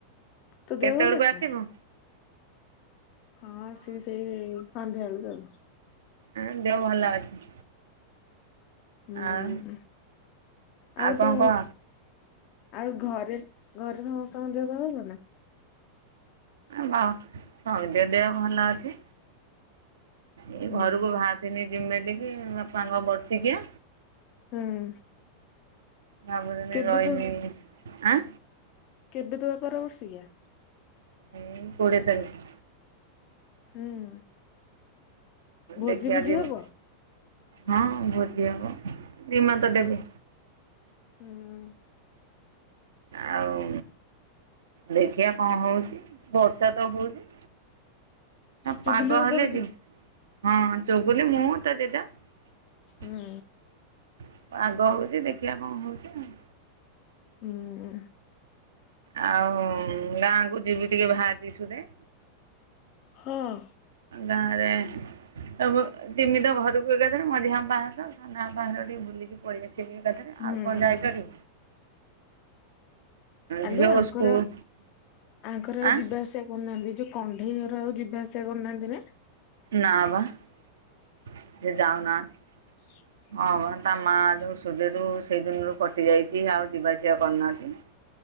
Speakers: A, on the left; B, on the right.
A: ତୋ ଦେହ
B: କେତେବେଳକୁ
A: ଭଲ ଅଛି
B: ଆସିବୁ?
A: ନା? ହଁ ଆସିବି ସେଇ ସନ୍ଧ୍ୟାବେଳୁ କୁ ଆଉ।
B: ହଁ ଦେହ ଭଲ ଅଛି।
A: ହୁଁ
B: ଆଉ
A: ଆଉ
B: କଣ
A: ତୋ
B: କହ?
A: ଆଉ ଘରେ ଘରେ ସମସ୍ତଙ୍କ ଦେହ ପା ଭଲ ନା?
B: ବା ସମିତିଙ୍କ ଦେହ ଭଲ ଅଛି। ଏଇ
A: ହୁଁ
B: ଘରକୁ ଭାରିଥିନି ଯିମି ବୋଲିକି ବାପାଙ୍କ ବର୍ଷିକିଆ।
A: ହୁଁ।
B: ଭାବୁଥିନି
A: କେବେ
B: ରହିମି
A: ତୋ
B: ଆଁ?
A: କେବେ ତୋ ବାପାର ବର୍ଷିକିଆ?
B: ଏଇ କୋଡ଼ିଏ ତାରିକ୍।
A: ହୁଁ। ଭୋଜି
B: ଦେଖିଆ
A: ଭୋଜି
B: ଯିମି।
A: ହବ?
B: ହଁ ଭୋଜି ହବ ନିମନ୍ତ ଦେବେ।
A: ହୁଁ।
B: ଆଉ। ଦେଖିଆ କଣ ହଉଛି ବର୍ଷା ତ ହଉଛି।
A: ଚୁବୁଲିର
B: ପାଗ ହେଲେ
A: ତୋର
B: ଯିବ ହଁ ଚଗୁଲି ମୁଁ ତ ଜେଜ
A: ହୁଁ
B: ପାଗ ହଉଛି ଦେଖିବା କଣ ହଉଛି ଆଉ।
A: ହୁଁ।
B: ଆଉ ଗାଁକୁ ଯିବି ଟିକେ ଭାରିଛି ସୁଧେ।
A: ହଁ।
B: ଗାଁ ରେ ଏବ ଯିମି ତ ଘରକୁ ଏକାଥରେ ମଝିଆ ବାପା ଘର ସାନା ବାପା ଟିକେ ବୁଲିକି ପଳେଇଆସିବି। <unintelligible>
A: ହୁଁ
B: ଆଉ କଣ ଯାଇପାରିବୁ?
A: ଆଲୁ
B: ଝିଅ
A: ଆଙ୍କର
B: ସ୍କୁଲ
A: ଆଙ୍କର ଆଉ
B: ଆଁ
A: ଯିବା ଆସିବା କରୁନାହାନ୍ତି ଯୋଉ କଣ୍ଢେଇ ଘର ଆଉ ଯିବା ଆସିବା କରିୁନାହାନ୍ତି ନା?
B: ନା ବା ସେ ଯାଉନାହାନ୍ତି।
A: ହ
B: ହଁ ତା ମା ଯୋଉ ସୁଧିରୁ ସେଇ ଦିନରୁ କଟି ଯାଇଛି ଆଉ ଯିବା ଆସିବା କରିନାହାନ୍ତି।